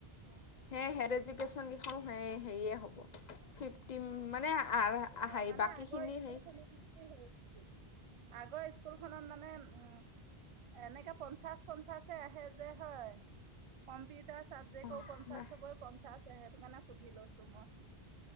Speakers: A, on the left; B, on the right.
A: <unintelligible>
B: অ
A: হেৰি
B: মানে
A: বাকীখিনি
B: আগৰ স্কুলখনত
A: হেৰি
B: হেৰি আগৰ স্কুল খনত মানে উম এনেকাে পঞ্চাশ পঞ্চাশে আহে যে হয় কম্পিউটাৰ চাবজেক্ট
A: হা
B: পঞ্চাশবৈ পঞ্চাশ সেইটো কাৰণে সুধি লৈছো মই